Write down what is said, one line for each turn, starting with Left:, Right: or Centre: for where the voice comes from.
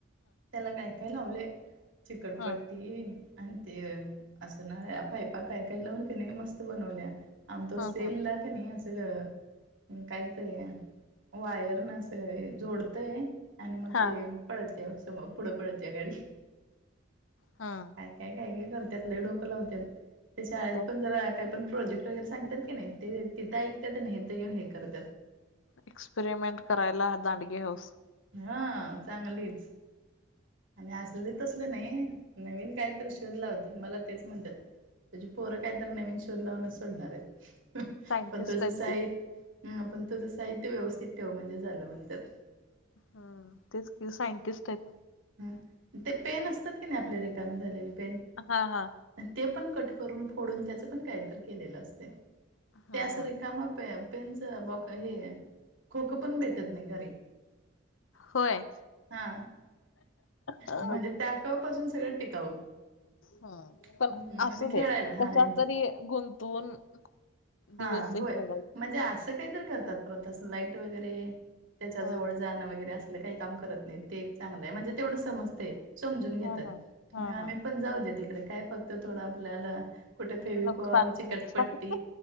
Right: त्याला काय काय लावलय चिकटपट्टी
Left: हा
Right: आणि ते असं नळ्या पायपा काय काय लावून की नाही मस्त बनवल्या आम तो
Left: हा
Right: सेलला - कनी असं -- काय ते वायरन अस जोडतय. आणि मग
Left: हा
Right: ते पळत्या समो पुढं पळत्या गाडी
Left: हा
Right: काय काय काय काय करत्यात लई डोकं लावत्यात ते शाळेत
Left: त्यां
Right: पण जरा काय पण प्रोजेक्ट वगैरे सांगतात की नाही ते तिथ ऐकतात आणि इथ येऊन हे करत्यात
Left: एक्सपेरिमेंट करायला हा दांडगी हाऊस.
Right: हा चांगलीच आणि असली तसल नाही नवीन कायतरी शिक शोध लावल्यात मला तेच म्हणत्यात तुझी पोरं काय तर नवीन शोध लावूनच सोडणार आहेत.
Left: सायंटिस्ट
Right: पण तुझं
Left: आहेत
Right: साहित
Left: ते
Right: ह पण तुझं साहित्य व्यवस्थित ठेव म्हणजे झालं म्हणत्यात
Left: हम् तेच सायंटिस्ट हाईत.
Right: ह ते पेन असतात की नाही आपल्या रेिकामे झालेले पेन
Left: हा हा
Right: अन ते पण कट करून फोडून त्याचं पण काहीतर केलेलं असतय.
Left: हा
Right: त्या अस
Left: हा
Right: रिकामा पे पेनच बॉक हे मोकळ खोक पण भेटत नाही घरी
Left: होय
Right: हा
Left: अ
Right: म्हणजे टाकावपासून सगळं टिकाऊ
Left: ह
Right: हम्म
Left: पण
Right: म्हणजे
Left: असू
Right: खेळायला
Left: दे
Right: हा
Left: कशाततरी
Right: यांच्या
Left: गुंतवून दिवस
Right: हा
Left: हे
Right: होय
Left: करायच.
Right: म्हणजे असं ते तर करत्यात परत तस लाईट वगैरे त्याच्या
Left: हा.
Right: जवळ जाण वगैरे अस असल काय काम करत नाहीत ते एक चांगलय म्हणजे तेवढं समजतय समजून घेतात
Left: हा हा हा
Right: मग आम्ही
Left: हा
Right: पण जाऊ दे तिकड काय फक्त थोडं आपल्याला कुठ फेविकॉल
Left: नुकसान
Right: चिकटपट्टी
Left: नुकसान